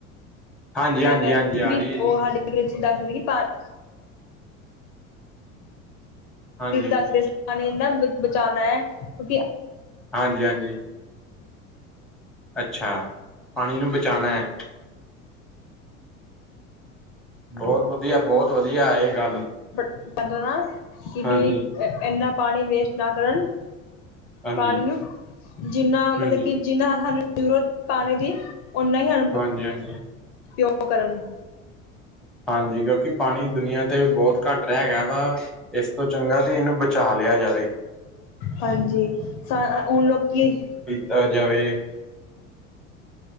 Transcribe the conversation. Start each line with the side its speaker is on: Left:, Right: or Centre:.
Centre: ਹਾਂਜੀ
Left: ਮੈਂ
Centre: ਹਾਂਜੀ
Left: ਕਹ ਰਹੀ
Centre: ਹਾਂਜੀ ਆ
Left: ਸੀ
Centre: ਹੈ ਜੀ
Left: ਉਹ <unintelligible>
Centre: ਹਾਂਜੀ
Left: ਦੱਸ ਰਹੇ ਸੀ ਪਾਨੀ ਨਾ ਬਚਾਉਣਾ ਹੈ ਕਿਉਂਕਿ
Centre: ਹਾਂਜੀ ਹਾਂਜੀ। ਅੱਛਾ, ਪਾਣੀ ਨੂੰ ਬਚਾਣਾ ਐ। ਬੋਤ ਵਦੀਆ, ਬੋਤ ਵਦੀਆ, ਐ ਗੱਲ
Left: <unintelligible> ਪੈਂਦਾ ਨਾ ਕਿ
Centre: ਹਾਂਜੀ
Left: ਵੀ ਏਨਾ ਪਾਣੀ ਵੇਸਟ ਨਾ ਕਰਨ
Centre: ਹਾਂਜੀ
Left: ਪਾਣੀ ਨੂੰ ਜਿੰਨਾ ਮਤਲਬ
Centre: ਹਾਂਜੀ
Left: ਕਿ ਜਿੰਨਾ ਸਾਨੂੰ ਜ਼ਰੂਰਤ ਪਾਣੀ ਦੀ, ਓਨਾ <unintelligible>
Centre: ਹਾਂਜੀ ਹਾਂਜੀ
Left: ਕਰਨ
Centre: ਹਾਂਜੀ, ਕਿਓਂਕੇ ਪਾਣੀ ਦੁਨੀਆ ਤੇ ਬੋਤ ਘੱਟ ਰੈਗਾ ਵਾ ਇਸ ਤੋਂ ਚੰਗਾ ਤੇ ਏਨੂੰ ਬਚਾ ਲਿਆ ਜਾਵੇ।
Left: ਹਾਂਜੀ ਸਾ ਅ ਅ ਹੁਣ ਲੋਕੀ
Centre: ਤਾ ਜਾਵੇ